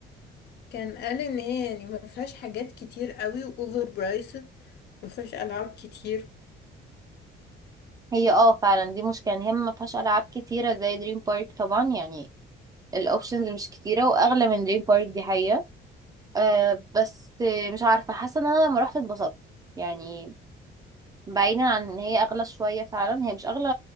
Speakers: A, on the left; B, on the right.
A: كان قال ان هي يعني ما فيهاش حاجات كتير قوي واوفر برايسد ما فيهاش العاب كتير
B: هي اه فعلا دي مشكلة إن هي ما فيهاش ألعاب كتيرة زي دريم بارك طبعا يعني الأوبشنز مش كتيرة وأغلى من دريم بارك دي حقيقة أه بس آه، مش عارفة حاسة ان انا لما رحت اتبسطت يعني بعيدا عن ان هي اغلى شوية فعلا هي مش اغلى